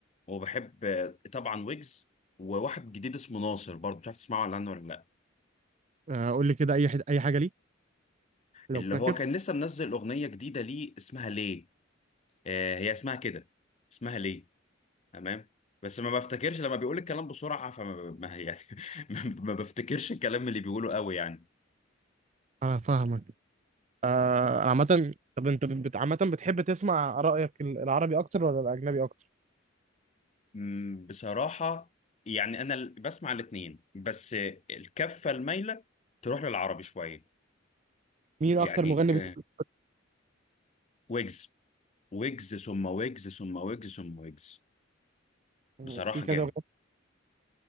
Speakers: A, on the left; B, on the right.
A: وبحب آه، طبعا ويجز وواحد جديد اسمه ناصر برضه مش عارف تسمعه ولا عنه ولا لأ
B: آه، قول لي كده اي حد... اي حاجه ليه لو
A: اللي
B: فاكر
A: هو كان لسه منزل أغنية جديدة ليه اسمها ليه آه، هي اسمها كده اسمها ليه تمام بس ما بفتكرش لما بيقول الكلام بسرعة فما ما يعني <laughs> ما بفتكرش الكلام اللي بيقوله قوي يعني
B: انا فاهمك آه عامة طب انت بت... عامة بتحب تسمع رأيك ال- العربي اكتر ولا الاجنبي اكتر؟
A: مم، بصراحة يعني أنا ال- بسمع الاتنين بس الكفة المايلة تروح للعربي شوية
B: مين
A: يعني
B: اكتر مغني
A: ك-
B: بتحب
A: ويجز ويجز ثم ويجز ثم ويجز ثم ويجز
B: تسمع؟
A: بصراحة
B: في كذا
A: جامد
B: مغني